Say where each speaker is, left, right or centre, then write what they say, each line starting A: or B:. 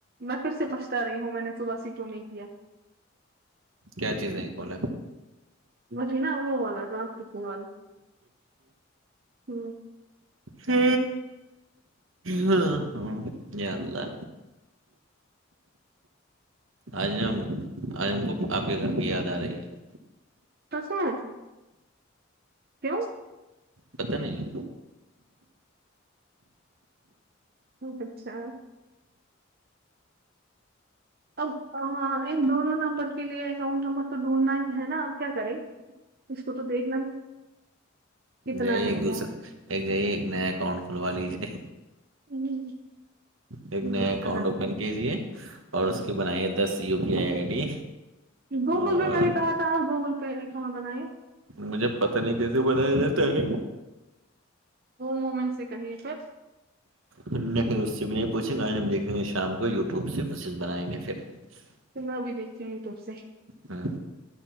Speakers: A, on the right (about 50°); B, on the right (about 80°).
A: میں پھر سے پچھتا رہی ہوں میں نے صبحی کیوں نہیں کیا
B: کیا چیز ہے ایک بلا
A: مش نا وہ والا ٹرانسپٹن وال ہ
B: ہ ہ ہاں جانلہ آج ہم آج ہم کو آپ کے گھر کی یاد آ رہی ہے
A: توسے کیوں
B: پتہ نہیں
A: اچھا اب ان دونوں نمبر کے لیے اکاؤنٹ نمبر تو ڈھونڈھنا ہی ہے نا اب کیا کریں اس کو تو دیکھنا ہی کتنا
B: جائیے ایک
A: ہے کیا
B: دوسرا
A: ہے
B: ایک گئی ایک نیا اکاؤنٹ کھلوا لیجیے
A: ہوں،
B: ایک نے
A: میں
B: اکاؤنٹ
A: کہا
B: اوپن
A: تھا
B: کیجیے اور اس کے بنائیے دس U P I I D
A: Google
B: اور
A: Pay میں نے کہا تھا آپ گوگل پے اکاؤنٹ بنے
B: مجھے پت نہیں کیسے بنایا جاتا ہے
A: ہووم وومن سے کہیے سر
B: نہیں اس سے بھی نہیں پوچھیں گے آج ہم دیکھیں گے شام کو یوٹیوب سے مسیز بنائیں گے پھر <inaudible>
A: تو میں بھییکتی ہوں و ٹیوب سے
B: ہاں